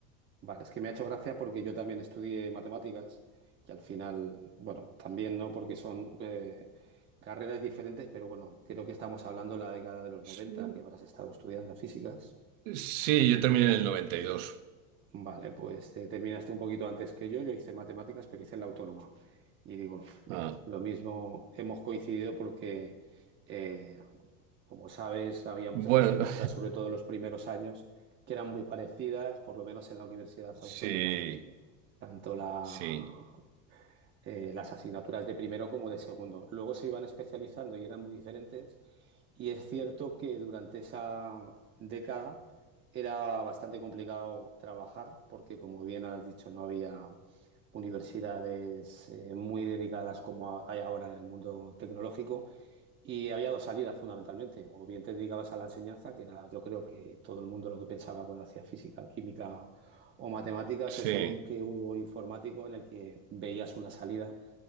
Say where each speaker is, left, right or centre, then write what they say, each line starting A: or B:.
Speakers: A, on the right; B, on the right.
A: Vale, es que me ha hecho gracia porque yo también estudié matemáticas, que al final, bueno, también no, porque son eh, carreras diferentes, pero bueno, creo que estamos hablando de la década de los 90
B: Sí,
A: que habrás estado estudiando físicas.
B: sí, yo terminé en el 92.
A: Vale, pues eh, terminaste un poquito antes que yo. Yo hice matemáticas, pero hice la autónoma. Y digo, mira,
B: Ah,
A: lo mismo hemos coincidido porque, eh, como sabes, había
B: bueno,
A: muchas asignaturas, sobre todo en los primeros años, que eran muy parecidas, por lo menos en la universidad
B: <laughs>
A: autónoma,
B: sí,
A: tanto la
B: sí,
A: eh, las asignaturas de primero como de segundo. Luego se iban especializando y eran muy diferentes. Y es cierto que durante esa década era bastante complicado trabajar porque, como bien has dicho, no había universidades eh, muy dedicadas como hay ahora en el mundo tecnológico y había dos salidas fundamentalmente. O bien te dedicabas a la enseñanza, que era yo creo que todo el mundo lo que pensaba cuando hacía física, química o matemáticas,
B: sí.
A: o ese boom que hubo informático en el que veías una salida